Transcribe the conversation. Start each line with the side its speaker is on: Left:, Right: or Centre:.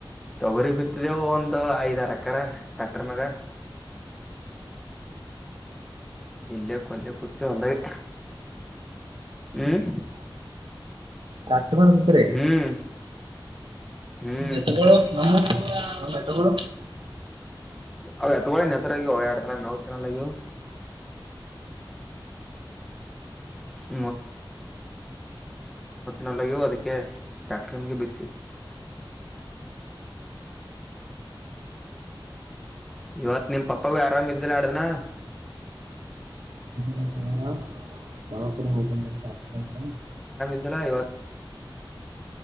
Centre: ತೊಗರಿ ಬಿತ್ತದೆವು ಒಂದು ಐದ್ ಆರ್ ಎಕರೆ ಟ್ಯಾಕ್ಟರ್ ಮ್ಯಾಗ ಇಲ್ಲೇ ಕೊಲ್ಲ ಕುತೂ ಹೊಲ್ದಲಿ ಹ್ಮ್
Right: ಅಟ್ ಮಾಡ್ತ್ರಿ
Centre: ಹ್ಮ್ ಹ್ಮ್
Right: ಎತ್ತಗಗಳು ನಮ್ಮ ನಮ್ಮ ಎತ್ತಗಳು
Centre: ಅ ಎತ್ಗಳು ನತರಗ ಎರಡ್ ದಿನ ಮೇವು ತಿನ್ನಲ್ಲ ಆಗಿಯೂ <unintelligible> ಲ್ಲಾಗೋ ಅದಕ್ಕೆ ಟ್ರ್ಯಾಕ್ಟರ್ಗೆ ಬಿತ್ತಿ
Right: <inaudible>
Centre: ಇವತ್ ನಿಮ ಪಪ್ಪಾಗ ಆರಾಮ್ದಿಲ್ಲ ಯಾಡ್ ದಿನ
Right: ಹ್ಮ ಚಾರ ಯಾವತ್ರಿ ಹೋಗ ಬಂದ ಕಷ್ಟ ಐತೆ
Centre: <unintelligible>